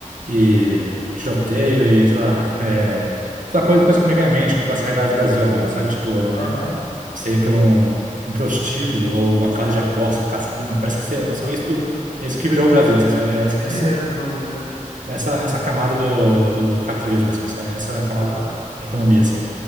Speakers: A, on the right (about 70°); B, on the left (about 75°).
A: e tiroteio e, sei lá, é, essa coisa, coisa que me vem à mente com essa realidade do Brasil agora, sabe? Tipo,
B: Aham.
A: é, você ir para um, um prostíbulo ou uma casa de aposta, um cassino, parece que, você, parece
B: <laughs>
A: que é isso que, é isso que virou o Brasil, assim, sabe? É Essa,
B: Que resume né?
A: essa, essa camada do, do capitalismo, assim, sabe? Essa camada
B: Aham.
A: de economia, assim.